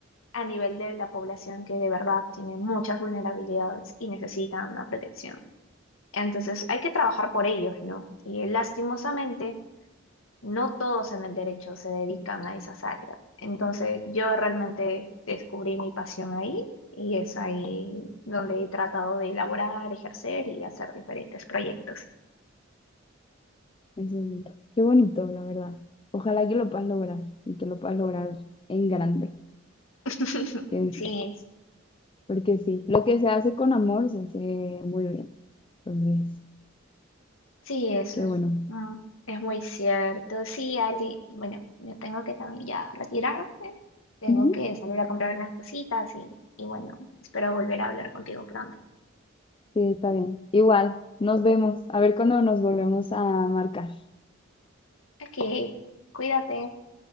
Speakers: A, on the left; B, on the left.
A: a nivel de la población que de verdad tiene muchas vulnerabilidades y necesita una protección. Entonces hay que trabajar por ellos, ¿no? Y lastimosamente, no todos en el derecho se dedican a esas áreas. Entonces yo realmente descubrí mi pasión ahí y es ahí donde he tratado de elaborar, ejercer y hacer diferentes proyectos.
B: eso es- qué bonito, la verdad. Ojalá que lo puedas lograr y que lo puedas lograr en grande.
A: <laughs>
B: que es,
A: Sí,
B: porque sí, lo que se hace con amor se hace muy bien. Entonces,
A: Sí, eso
B: qué
A: es,
B: bueno.
A: ah, es muy cierto. Sí, Ali, bueno, yo tengo que también ya retirarme, tengo
B: Ujú.
A: que salir a comprar unas cositas y, y bueno, espero volver a hablar contigo pronto.
B: Sí, está bien. Igual, nos vemos. A ver cuándo nos volvemos a marcar.
A: Ok, cuídate.